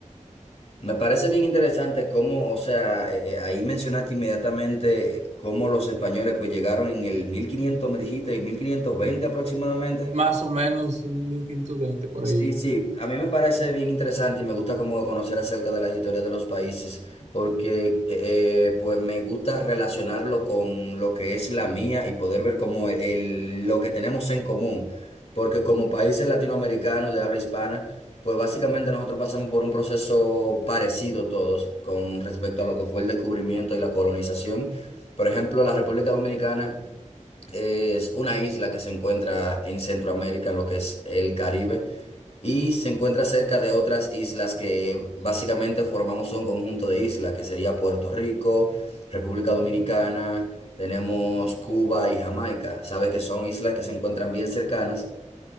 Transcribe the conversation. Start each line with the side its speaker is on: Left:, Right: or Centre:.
Left: Me parece bien interesante cómo, o sea, eh, eh, ahí mencionaste inmediatamente cómo los españoles pues llegaron en el 1500 me dijiste, y 1520 aproximadamente.
Right: Más o menos un 1520 por
Left: Sí,
Right: ahí.
Left: sí, a mí me parece bien interesante y me gusta como conocer acerca de las historias de los países porque eh, eh, pues me gusta relacionarlo con lo que es la mía y poder ver como el, lo que tenemos en común. Porque como países latinoamericanos de habla hispana, pues básicamente nosotros pasamos por un proceso parecido todos con respecto a lo que fue el descubrimiento y la colonización. Por ejemplo, la República Dominicana es una isla que se encuentra en Centroamérica, en lo que es el Caribe y se encuentra cerca de otras islas que básicamente formamos un conjunto de islas, que sería Puerto Rico, República Dominicana, tenemos Cuba y Jamaica. Sabes que son islas que se encuentran bien cercanas